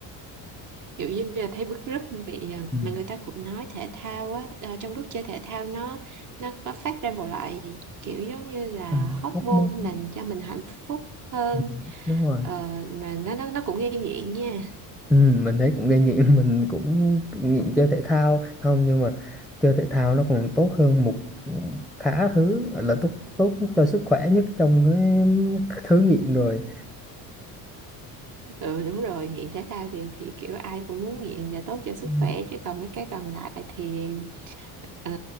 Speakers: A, on the right (about 50°); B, in the centre.
A: kiểu như bây giờ thấy bứt rứt nó bị ờ,
B: ừ,
A: mà người ta cũng nói thể thao á ờ, trong lúc chơi thể thao nó nó có phát ra một loại kiểu giống như là
B: ừ,
A: hormone
B: hóc môn
A: môn làm cho mình hạnh phúc hơn
B: ừ, đúng rồi
A: Ờ, mà nó nó nó cũng gây nghiện nha
B: Ừ, mình thấy cũng gây nghiện <laughs> mình cũng nghiện chơi thể thao không nhưng mà chơi thể thao nó còn tốt hơn một ừ, khá thứ gọi là tốt tốt cho sức khỏe nhất trong cái thứ nghiện rồi
A: ừ đúng rồi nghiện thể thao thì thì kiểu ai cũng muốn nghiện để tốt cho sức
B: ừ,
A: khỏe chứ còn mấy cái còn lại thì ờ,